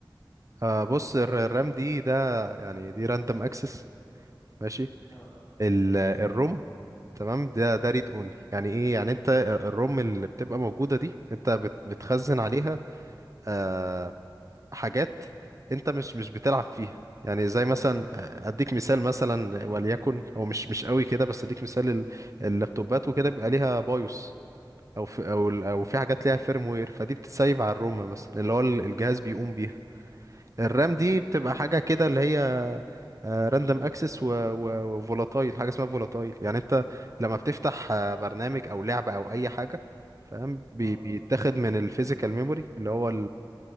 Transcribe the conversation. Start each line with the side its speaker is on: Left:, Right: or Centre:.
Right: آه، بص الر- الرام دي ده يعني دي راندوم اكسس ماشي
Left: أه
Right: ال- الروم تمام ده ده ريد اونلي يعني ايه يعني انت الروم اللي بتبقى موجوده دي انت بت- بتخزن عليها
Left: أمم.
Right: آه، حاجات انت مش مش بتلعب فيها يعني زي مثلا آه، اديك مثال مثلا وليكن هو مش مش قوي كده بس اديك مثال ال- اللابتوبات وكده بيبقى ليها بايوس او في او ال- او في
Left: صح
Right: حاجات ليها فيرم وير فدي بتتسيف على الروم مثلا اللي هو ال- الجهاز بيقوم بيها الرام دي
Left: فهمت
Right: بتبقى حاجه كده اللي هي راندوم اكسس وفولاتايل حاجه اسمها فولاتايل يعني انت لما بتفتح آه، برنامج او لعبه او اي حاجه فاهم بي-
Left: أه
Right: بيتاخد من الفيزيكال ميموري اللي هو